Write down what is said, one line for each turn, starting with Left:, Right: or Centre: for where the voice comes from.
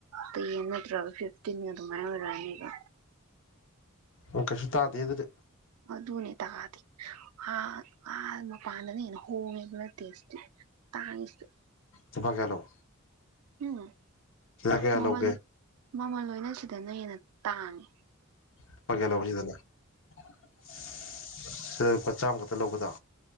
Right: ꯇꯦꯟ ꯅꯠꯇ꯭ꯔꯒ ꯐꯤꯞꯇꯤꯟꯒ ꯑꯗꯨꯃꯥꯏ ꯑꯣꯏꯔꯛꯑꯅꯤꯕ
Left: ꯑꯣ ꯀꯩꯁꯨ ꯇꯥꯗꯦ ꯑꯗꯨꯗꯤ
Right: ꯑꯗꯨꯅꯦ ꯇꯥꯗꯤ ꯑ ꯑꯥ ꯃꯄꯥꯟꯗꯅ ꯍꯦꯟꯅ ꯍꯣꯡꯉꯦ ꯕ꯭ꯂꯗ ꯇꯦꯁꯇꯤ ꯇꯥꯡꯉꯤ ꯁꯤꯗ
Left: ꯂꯨꯄꯥ ꯀ꯭ꯌꯥ ꯂꯧ
Right: ꯎꯝ
Left: ꯀꯌꯥ
Right: ꯃꯃꯜ
Left: ꯂꯧꯒꯦ
Right: ꯃꯃꯜ ꯂꯣꯏꯅ ꯁꯤꯗꯅ ꯍꯦꯟꯅ ꯇꯥꯡꯉꯤ
Left: ꯂꯨꯄꯥ ꯀ꯭ꯌꯥ ꯂꯧꯕ ꯁꯤꯗꯗꯤ <unintelligible> ꯂꯨꯄꯥ ꯆꯥꯝꯃ ꯈꯛꯇ ꯂꯧꯕꯗꯣ